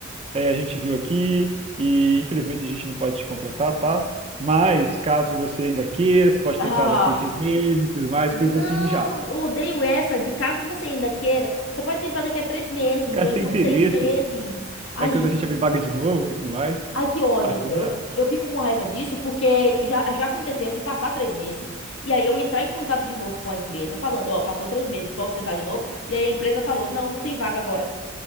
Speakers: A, on the right (about 30°); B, on the left (about 80°).
A: é, a gente viu aqui e infelizmente a gente não pode te contratar, tá? Mas caso você ainda queira, você pode
B: Ah.
A: tentar daqui seis meses, tudo mais,
B: Não,
A: coisas assim já.
B: eu odeio essa. De caso você ainda queira, você pode tentar daqui a três meses,
A: Caso
B: ou então
A: tenha interesse,
B: seis meses. Ai,
A: é quando
B: gente.
A: a gente abrir vaga de novo e tudo mais,
B: Ai, que ódio.
A: assim
B: Eu,
A: já.
B: f- eu fico com raiva disso porque já, já aconteceu de passar três meses e aí eu entrar em contato de novo com a empresa, falando, ó, passou três meses, posso tentar de novo? E aí a empresa falou, não, não tem vaga agora.